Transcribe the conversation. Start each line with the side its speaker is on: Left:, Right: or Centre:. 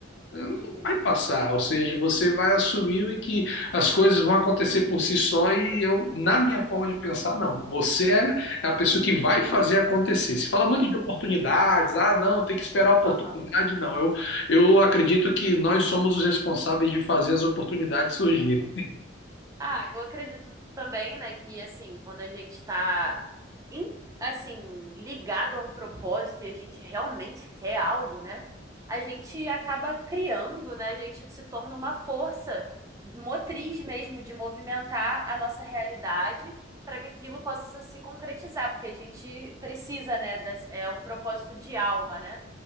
Left: não
Right: Uhum.
Left: vai passar, ou seja, você vai assumir
Right: Sim.
Left: que as coisas vão acontecer por si só e eu, na minha forma
Right: Uhum.
Left: de pensar, não. Você é é a pessoa que vai fazer acontecer. Se fala muito
Right: Sim.
Left: de oportunidades, ah, não, tem que esperar a oportunidade,
Right: Aham.
Left: não. Eu, eu acredito que nós somos os responsáveis de fazer as oportunidades surgirem.
Right: Uhum. Ah, eu acredito também, né, que assim, quando a gente tá em- assim, ligado a um propósito e a gente realmente quer algo, né? A gente acaba criando, né? A gente se torna uma força motriz mesmo de movimentar a nossa realidade para que aquilo possa se concretizar, porque a gente precisa, né, desse- é um propósito de alma, né?